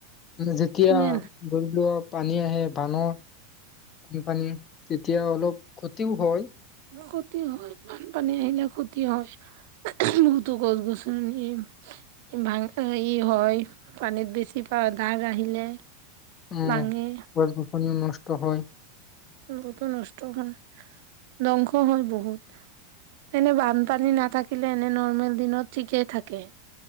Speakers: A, on the left; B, on the right.
A: <unintelligible> যেতিয়া
B: নে?
A: <unintelligible> পানী আহে বানত বানপানী তেতিয়া অলপ ক্ষতিও হয়।
B: ক্ষতি হয় বানপানী আহিলে ক্ষতি হয় বহুতো গছ-গছনি ভা হয় পানীত বেছিকে দাগ আহিলে।
A: উম,
B: ভাঙে
A: <unintelligible> উম, নষ্ট হয়।
B: এইবোৰতো নষ্ট হ'ল, ধ্বংস হ'ল বহুত, এনে বানপানী নাথাকিলে এনে নৰ্মেল দিনত ঠিকেই থাকে।